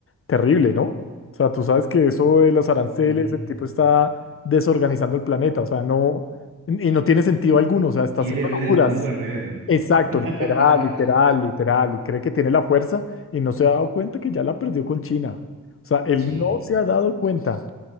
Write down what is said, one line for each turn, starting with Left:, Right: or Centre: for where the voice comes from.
Left: terrible, ¿no? O sea, tú sabes que eso de los aranceles,
Right: Ujú.
Left: el tipo está desorganizando el planeta, o sea, no, y y no tiene sentido alguno, o sea, está
Right: Quiere
Left: haciendo
Right: ver
Left: locuras.
Right: el mundo arder, hermano.
Left: Exacto,
Right: <laughs>
Left: literal, literal, literal, y cree que tiene la fuerza y no se ha dado cuenta que ya la perdió con China. O sea, él
Right: Sí.
Left: no se ha dado cuenta.